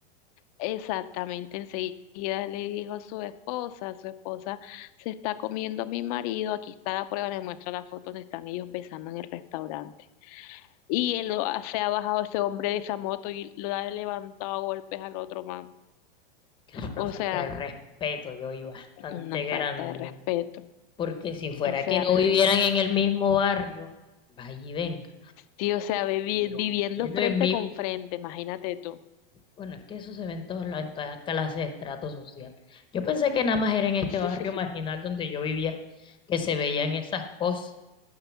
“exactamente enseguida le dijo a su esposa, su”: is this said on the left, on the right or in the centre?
Left